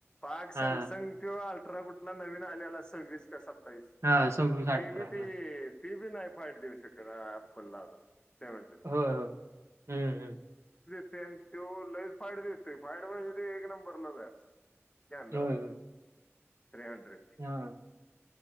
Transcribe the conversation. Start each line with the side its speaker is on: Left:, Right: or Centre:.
Left: पाक
Right: हा
Left: सॅमसंग अठरा कुठला नवीन आलेला सव्वीस का सत्तावीस
Right: हा सव्वीस अठरा
Left: ते बी ते
Right: हा
Left: ती बी नाही फाईट देऊ शकत एप्पलला सेव्हन
Right: हो ह हम्म हम्म
Left: त्यो लय च फाइट देतोय फाइट ला एक नंबर च आहे त्यानराव
Right: होय होय
Left: थ्री हंड्रेड
Right: हा